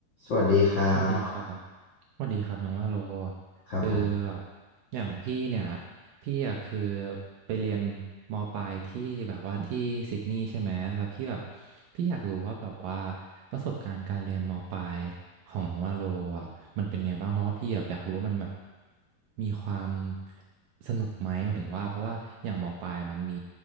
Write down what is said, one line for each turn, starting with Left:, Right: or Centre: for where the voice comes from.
Left: สวัสดีครับ
Right: สวัสดีครับ สวัสดีครับน้องว่าโล
Left: ครับผม
Right: คือแบบอย่างพี่เนี่ยพี่อะคือไปเรียนมปลายที่แบบว่าที่ซิดนีย์ใช่ไหมแล้วพี่แบบพี่อยากรู้ว่าแบบว่าประสบการณ์การเรียนมปลายของน้องว่าโลอ่ะมันเป็นไงบ้างเพราะว่าพี่แบบอยากรู้ว่ามันแบบมีความสนุกไหมหมายถึงว่าเพราะว่าอย่างมปลายมันมี